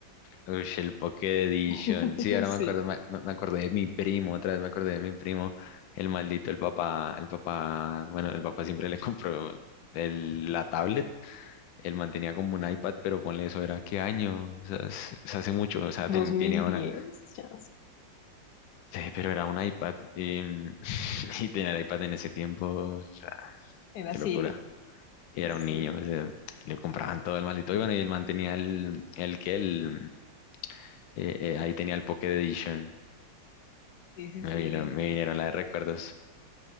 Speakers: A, on the left; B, on the left.
A: Ush, el Pocket Edition.
B: <laughs>
A: Sí, ahora
B: Sí.
A: me acuerdo, me, me- me acordé de mi primo, otra vez me acordé de mi primo. El maldito, el papá, el papá, bueno, el papá siempre le compró el- la tablet. Él mantenía como un iPad, pero ponle eso, ¿era qué año? O sea, es- es hace mucho, o sea,
B: dos
A: ten-
B: mil
A: tenía una,
B: diez ya
A: sí, pero era un iPad. Y, mm, <laughs> y tener iPad en ese tiempo, o sea,
B: Era
A: qué
B: así.
A: locura. Y
B: Sí,
A: era
B: sí,
A: un niño, o sea, le compraban todo el maldito. Y bueno, y él mantenía el, el que, el, Eh, eh, ahí tenía el Pocket Edition.
B: sí, sí.
A: Me
B: sí.
A: vinieron, me vinieron la de recuerdos.